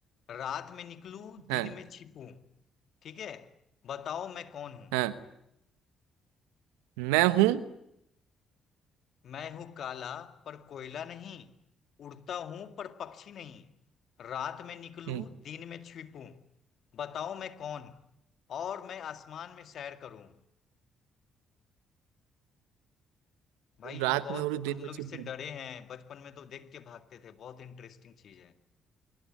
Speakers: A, on the left (about 60°); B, on the right (about 85°).
A: रात में निकलूं दिन
B: हाँ
A: में छिपूं ठीक है बताओ मैं कौन हूं
B: हाँ मैं हूँ
A: मैं हूं काला पर कोयला नहीं उड़ता हूं पर पक्षी नहीं रात में निकलूं
B: हम्म
A: दिन में छिपूं बताओ मैं कौन और मैं आसमान में सैर करूं भाई
B: रात
A: बहुत
B: में और दिन
A: हम
B: में
A: लोग
B: छुप
A: इससे
B: में
A: डरे हैं बचपन में तो देख के भागते थे बहुत इंटरेस्टिंग चीज है